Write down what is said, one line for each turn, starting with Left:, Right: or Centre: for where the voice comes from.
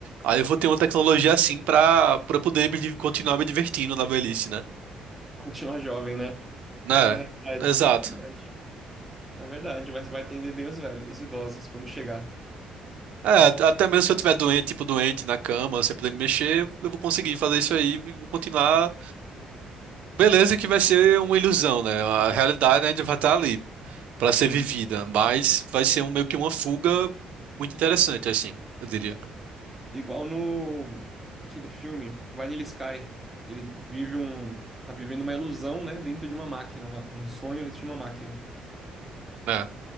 Right: aí eu vou ter uma tecnologia assim pra para poder me di- continuar me divertindo na velhice, né?
Centre: Continuar jovem, né?
Right: Né?
Centre: Em outra realidade.
Right: Exato.
Centre: Verdade. É verdade, mas vai atender bem os velhos, os idosos, quando chegar.
Right: É, at- até mesmo se eu tiver doente, tipo doente na cama, sem poder me mexer, eu vou conseguir fazer isso aí e vou continuar. Beleza que vai ser uma ilusão, né? A realidade, né, vai estar ali pra
Centre: Sim.
Right: ser vivida, mas vai ser um, meio que uma fuga muito interessante, assim, eu diria.
Centre: Igual no... Aquele filme, Vanilla Sky. Ele vive um... Tá vivendo uma ilusão, né? Dentro de uma máquina. uma- Um sonho dentro de uma máquina.
Right: É,